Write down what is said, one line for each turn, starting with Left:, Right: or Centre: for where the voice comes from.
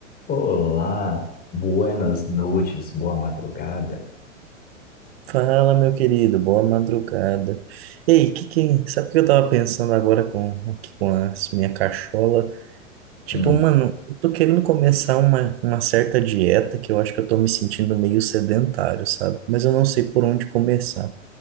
Left: Olá, buenas noites, boa madrugada.
Right: Fala, meu querido, boa madrugada. Ei, que que, sabe o que eu tava pensando agora com aqui com a minha cachola? Tipo,
Left: Hum,
Right: mano, eu tô querendo começar uma, uma certa dieta que eu acho que eu tô me sentindo meio sedentário, sabe? Mas eu não sei por onde começar.